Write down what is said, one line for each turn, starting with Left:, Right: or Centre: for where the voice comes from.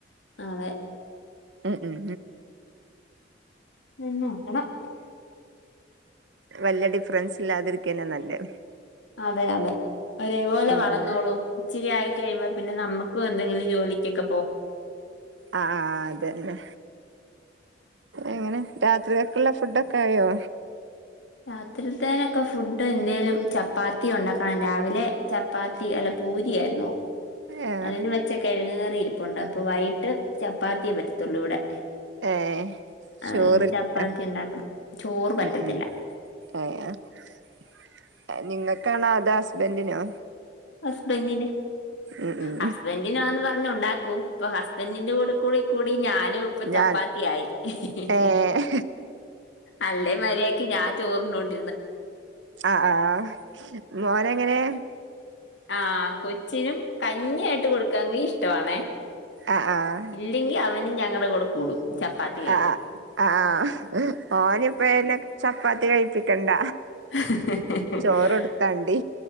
Left: അതെ
Right: ഉം ഉം
Left: നന്ന് നോക്കണം.
Right: വല്ലടി ഫ്രണ്ട്സ് ഇല്ലാതിരിക്കന്നെ നല്ലേ.
Left: അതെ അതെ ഒരേപോലെ
Right: ഉം
Left: വളന്നോളും
Right: ഉം
Left: ഇച്ചിരിയായി കഴിയുമ്പോ പിന്നെ നമുക്കു എന്തെ ജോലിക്കൊക്ക
Right: ആ അതന്നെ എങ്ങനെ? രാത്രിയേക്ക്‌ള്ള ഫുഡ് ഒക്കെ ആയോ?
Left: രാത്രിത്തേനൊക്കെ ഫുഡ് എന്തേലും ചപ്പാത്തി ഉണ്ടാക്കണം രാവിലെ ചപ്പാത്തി അല്ല പൂരിയായിരുന്നു.
Right: ഏഹ്
Left: അതിന് വെച്ചക്കെഴങ്ങ് കറി പ്പണ്ട് അപ്പ വൈകിട്ട് ചപ്പാത്തിയേ പറ്റത്തുള്ളൂ ഇവിടെ.
Right: ഏഹ്
Left: അതുകണ്ട്
Right: ചോറില്ലേ
Left: ചപ്പാത്തി ഉണ്ടാക്കണം ചോറ് പറ്റത്തില്ല
Right: ഉം <unintelligible> നിങ്ങൾക്കാണോ? അതാ ഹസ്ബൻറിനോ?
Left: ഹസ്ബൻറിന്
Right: ഉം ഉം
Left: ഹസ്ബൻറിിനാന്ന് പറഞ്ഞ ഉണ്ടാക്കൂ ഇപ്പൊ ഹസ്ബൻറിന്റെ കൂടെ കൂടി കൂടി ഞാനും ഇപ്പ ചപ്പാത്തിയായി
Right: ഞാൻ
Left: <unintelligible>
Right: ഏഹ്
Left: അല്ലേ മര്യാക്ക് ഞാൻ ചോറിണണ്ട്
Right: ആ ആ മോനങ്ങനെ?
Left: ആഹ കൊച്ചിനും കഞ്ഞിയായിട്ട് കൊടുക്കാങ്കി ഇഷ്ടണേ
Right: ആഹ് ആഹ്
Left: ഇല്ലെങ്കിൽ അവനും ഞങ്ങളുടെ കൂടെ കൂടും ചപ്പാത്തി കഴിക്കും
Right: ആഹ് ആഹ് ആഹ് ഓനിപ്പഴന്നെ ചപ്പാത്തി കഴിപ്പിക്കണ്ട
Left: <unintelligible>
Right: ചോറൊടുത്താണ്ടി